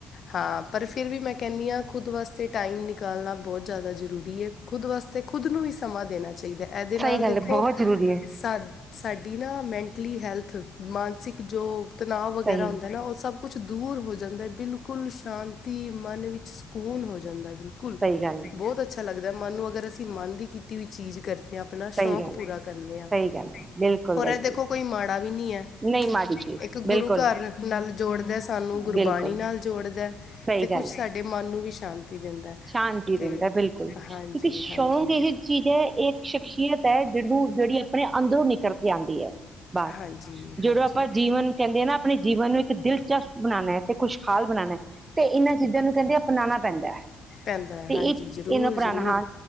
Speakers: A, on the left; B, on the right.
A: ਹਾਂ ਪਰ ਫਿਰ ਵੀ ਮੈਂ ਕਹਿੰਦੀ ਹਾਂ ਖੁਦ ਵਾਸਤੇ ਟਾਈਮ ਨਿਕਾਲਣਾ ਬਹੁਤ ਜ਼ਿਆਦਾ ਜ਼ਰੂਰੀ ਹੈ ਖੁਦ ਵਾਸਤੇ। ਤੇ ਖੁਦ ਨੂੰ ਵੀ ਸਮਾਂ ਦੇਣਾ ਚਾਹੀਦਾ ਇਹਦੇ ਨਾਲ
B: ਸਹੀ ਗੱਲ
A: ਦੇਖੋ
B: ਹੈ ਬਹੁਤ ਜ਼ਰੂਰੀ ਹੈ
A: ਸਾ ਸਾਡੀ ਨਾ ਮੈਂਟਲੀ ਹੈਲਥ ਮਾਨਸਿਕ ਜੋ ਤਣਾਅ ਵਗੈਰਾ
B: ਸਹੀ
A: ਹੁੰਦਾ ਨਾ ਉਹ ਸਭ ਕੁਛ ਦੂਰ ਹੋ ਜਾਂਦਾ ਬਿਲਕੁਲ ਸ਼ਾਂਤੀ ਮਨ ਵਿੱਚ ਸਕੂਨ ਹੋ ਜਾਂਦਾ ਬਿਲਕੁਲ
B: ਸਹੀ ਗੱਲ
A: ਬਿਲਕੁਲ
B: ਹੈ
A: ਬਹੁਤ ਅੱਛਾ ਲੱਗਦਾ ਮਨ ਨੂੰ ਅਗਰ ਅਸੀਂ ਮਨ ਦੀ ਕੀਤੀ ਹੋਈ ਚੀਜ਼ ਕਰਦੇ ਹਾਂ। ਆਪਣਾ
B: ਸਹੀ
A: ਸ਼ੌਕ
B: ਗੱਲ
A: ਪੂਰਾ
B: ਹੈ
A: ਕਰਨੇ ਆ
B: ਸਹੀ ਗੱਲ ਹੈ ਬਿਲਕੁਲ
A: ਹੋਰ
B: ਗਲਤੀ
A: ਇਹ ਦੇਖੋ ਕੋਈ ਮਾੜਾ ਵੀ ਨੀ ਹੈ।
B: ਨਹੀਂ ਮਾੜੀ ਚੀਜ਼
A: ਇੱਕ
B: ਬਿਲਕੁਲ
A: ਗੁਰੂ ਘਰ ਨਾਲ ਜੋੜਦਾ ਸਾਨੂੰ ਗੁਰਬਾਣੀ
B: ਬਿਲਕੁਲ
A: ਨਾਲ ਜੋੜਦਾ।
B: ਸਹੀ
A: ਤੇ ਕੁਝ
B: ਗੱਲ ਹੈ।
A: ਸਾਡੇ ਮਨ ਨੂੰ ਵੀ ਸ਼ਾਂਤੀ ਦਿੰਦਾ
B: ਸ਼ਾਂਤੀ
A: ਤੇ
B: ਰਹਿੰਦਾ ਬਿਲਕੁਲ
A: ਹਾਂਜੀ
B: ਕਿਉਂਕਿ ਸ਼ੌਕ
A: ਹਾਂਜੀ
B: ਇਹ ਚੀਜ਼ ਹੈ ਇਹ ਸ਼ਖਸੀਅਤ ਜਿਹਨੂੰ ਜਿਹੜੀ ਆਪਣੇ ਅੰਦਰੋਂ ਨਿਕਲ ਕੇ ਆਉਂਦੀ ਹੈ ਬਾਹਰ
A: ਹਾਂਜੀ ਹਾਂਜੀ ਹਾਂਜੀ
B: ਜਦੋਂ ਆਪਾਂ ਜੀਵਨ ਕਹਿੰਦੇ ਆ ਨਾ ਆਪਣੇ ਜੀਵਨ ਨੂੰ ਇੱਕ ਦਿਲਚਸਪ ਬਣਾਣਾ। ਤੇ ਖੁਸ਼ਹਾਲ ਬਣਾਣਾ ਤੇ ਇਹਨਾਂ ਚੀਜ਼ਾਂ ਨੂੰ ਕਹਿੰਦੇ ਅਪਣਾਣਾ ਪੈਂਦਾ ਹੈ।
A: ਪੈਂਦਾ
B: ਤੇ
A: ਹਾਂਜੀ
B: ਇਹ
A: ਜ਼ਰੂਰ
B: ਇਹਨੂੰ ਅਪਣਾਉਣਾ
A: ਜ਼ਰੂਰ
B: ਹਾਂ